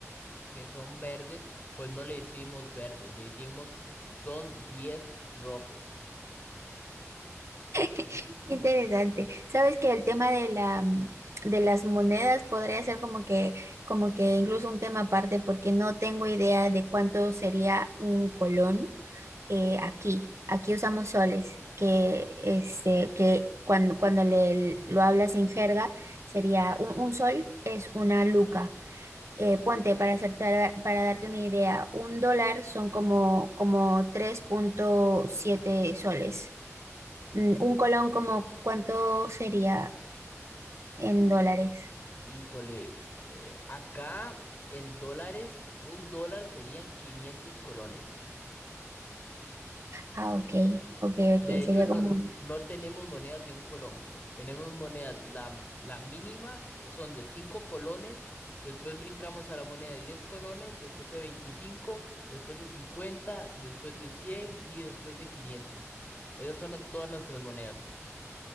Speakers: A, on the left; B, on the right.
A: que son verdes, pues no le decimos verdes, le decimos son diez rojos.
B: Qué interesante. Sabes que el tema de la mm, de las monedas podría ser como que como que incluso un tema aparte porque no tengo idea de cuánto sería un colón eh, aquí. Aquí usamos soles, que este que cuando cuando le lo hablas en jerga sería un, un sol es una luca eh, ponte para hacer tardar- para darte una idea, un dólar son como, como tres punto siete soles. Mm, Un colón como ¿cuánto sería en
A: Y,
B: dólares?
A: híjole, eh, acá en dólares, un dólar serían 500 colones.
B: Ah, ok, ok,
A: De
B: ok,
A: hecho,
B: sería
A: no,
B: como...
A: n-
B: un-
A: no tenemos monedas de un colón. Tenemos monedas, la, la mínima son de 5 colones, después brincamos a la moneda de 10 colones, después de veinticinco después de cincuenta después de 100 y después de quinientos Esas son no- todas nuestras monedas.